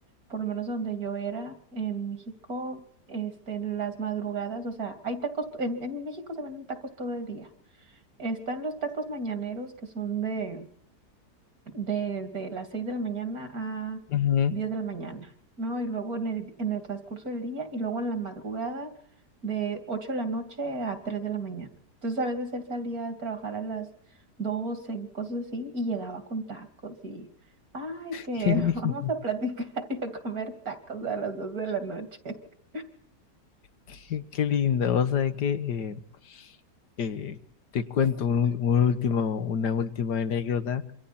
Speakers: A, on the right (about 60°); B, on the left (about 85°).
A: por lo menos donde yo era, en México, este, en las madrugadas, o sea, hay tacos, en, en México se venden tacos todo el día. Están los tacos mañaneros que son de desde las 6 de la mañana a
B: ujú.
A: 10 de la mañana, ¿no? Y luego en el, en el transcurso del día y luego en la madrugada de 8 de la noche a 3 de la mañana. Entonces a veces él salía de trabajar a las 12 cosas así, y llegaba con tacos y, ay, que
B: <laughs> Qué lindo,
A: <laughs> vamos a platicar y a comer tacos a las doce de la noche. <laughs>
B: qué, qué lindo. Vos sabés que eh, eh, te cuento un ul- un último, una última anécdota.